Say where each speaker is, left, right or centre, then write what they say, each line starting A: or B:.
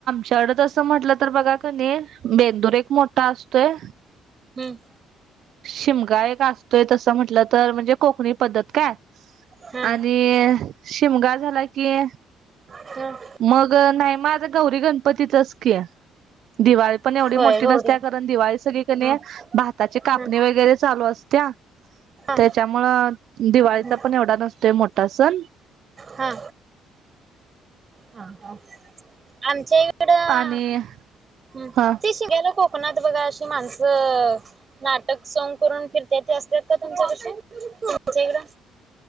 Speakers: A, on the right (about 65°); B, on the right (about 35°).
A: शहरात असं म्हटलं तर बघा क नि बेंदूर एक मोठा आस तोय.
B: हम्म.
A: शिमगा एक असतोय तसं म्हटलं तर म्हणजे कोकणी पद्धत काय,
B: हा
A: आणि शिमगा झाला की
B: हम्.
A: मग नाही माझ गौरी गणपतीचच की, दिवाळी पण एवढी
B: होय
A: मोठी
B: गौरी
A: नसत्या कारण दिवाळी सगळी कणी
B: हा
A: भाताची कापणी
B: हा
A: वगैरे चालू अस त्या.
B: हा
A: त्याच्यामुळं दिवाळीचा
B: हा
A: पण एवढा नसतोय मो मोठा सन.
B: हा. हा आमच्या हिकडं,
A: आणि
B: हम्म
A: हा
B: शीमग्याला खूप कोकनात बघा अशी माणसं नाटक सॉंग करून फिरत्यात ते असतात का तुमच्या इकड?